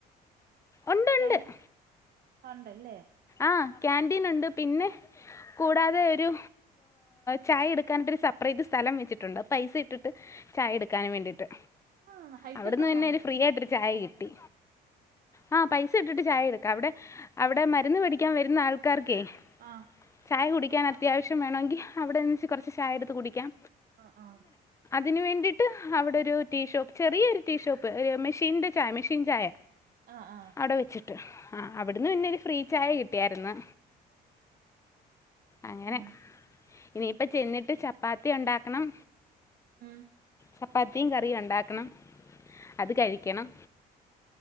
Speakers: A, on the left; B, on the right.
A: ഉണ്ട് ഉണ്ട്
B: ൻീ ഉണ്ടല്ലേ
A: ആ ക്യാാന്റീൻ ഉണ്ട് പിന്നെ കൂടാതെ ഒരു ചായ എടുക്കാനിട്ട്രു സെപ്പറേറ്റ് സ്ഥലം വെച്ചിട്ടുണ്ട് പൈസ ഇട്ടിട്ട് ചായ എടുക്കാനും വേണ്ടിട്ട്.
B: ആ ഹൈടെക്
A: അവിടുന്ന്
B: ആണോ
A: പിന്നെഇനി ഫ്രീ ആയിട്ടെ ചായ കിട്ടി. ആഹ് പൈസ ഇട്ടിട്ട് ചായ എടുക്കാ. അവ്ടെ, അവ്ടെ മറ്റേ മരുന്ന് വേടിക്കാൻ വരുന്ന ആൾക്കാർക്കേയ്
B: ആഹ്.
A: ചായ കുടിക്കാൻ അത്യാവശ്യം വേണോൻങ്കി, അവടന്ന്ച്ച് കുറ ച്ച് ചായ ടത്ത് കുടിക്കാം.
B: ആഹ്, ആഹ്.
A: തിന്ന് വേണ്ടിയിട്ട്, അവിടെ ഒരു ടീഷോപ്പ്. ചെറിയൊരു ടീഷോപ്പ്. ഒര് മെഷീൻ്റെ ചായ, മെഷീൻ ചായ.
B: ആ ആ
A: അടെ വെച്ചിട്ട്. ആഹ്, അവിടുന്ന് പിന്നെ ഒര് ഫ്രീ ചായ കിട്ടിയായിരുന്ന് അങ്ങനെ-
B: ഉം
A: ഇനിയിപ്പ ചെന്നിട്ട് ചപ്പാത്തി ഉണ്ടാക്കണം.
B: ഉം
A: ചപ്പാത്തിയും കറിയും ഒണ്ടാക്കണം അത് കഴിക്കണം.